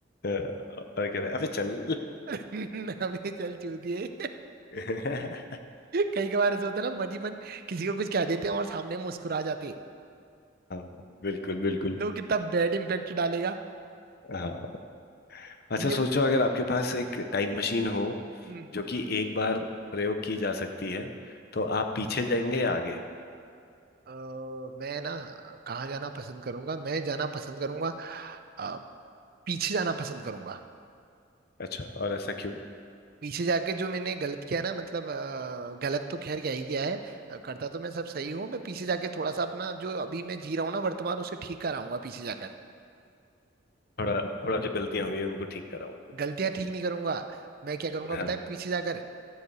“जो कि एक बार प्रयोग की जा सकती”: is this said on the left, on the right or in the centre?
Left